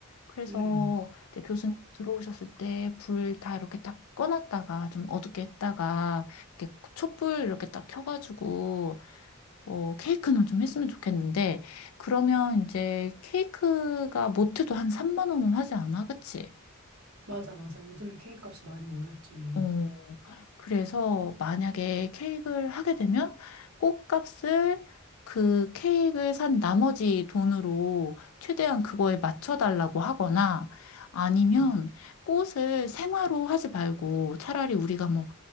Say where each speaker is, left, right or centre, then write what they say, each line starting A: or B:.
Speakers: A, on the left (about 75°); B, on the right (about 80°).
A: 그래서
B: 음,
A: 이제 교수님 들어오셨을 때 불 다 이렇게 딱 꺼놨다가 좀 어둡게 했다가 이렇게 촛불 이렇게 딱 켜가지고 어, 케이크는 좀 했으면 좋겠는데 그러면 이제 케이크가 모트도 한 3만 원은 하지 않아? 그치?
B: 맞아, 맞아. 요즘에 K값이 많이 올랐지.
A: 어, 그래서 만약에 케이크를 하게 되면 꽃값을 그 케이크를 산 나머지 돈으로 최대한 그거에 맞춰달라고 하거나 아니면
B: 음,
A: 꽃을 생화로 하지 말고 차라리 우리가 뭐